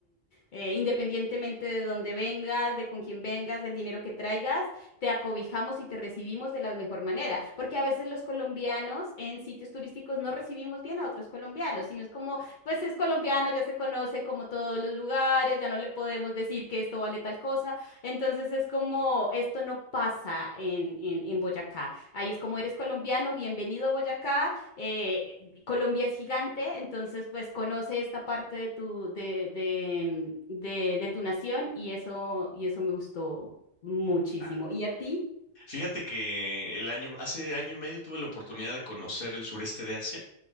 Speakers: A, on the left; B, on the left.
A: eh, independientemente de dónde vengas, de con quién vengas, del dinero que traigas, te acobijamos y te recibimos de la mejor manera, porque a veces los colombianos en sitios turísticos no recibimos bien a otros colombianos, sino es como, pues es colombiano, ya se conoce como todos los lugares, ya no le podemos decir que esto vale tal cosa, entonces es como, esto no pasa en, en, en Boyacá, ahí es como eres colombiano, bienvenido a Boyacá, eh, Colombia es gigante, entonces pues conoce esta parte de tu, de, de, mm, de, de tu nación y eso, y eso me gustó muchísimo.
B: Ay,
A: ¿Y a ti?
B: Fíjate que el año, hace año y medio tuve la oportunidad de conocer el sureste de Asia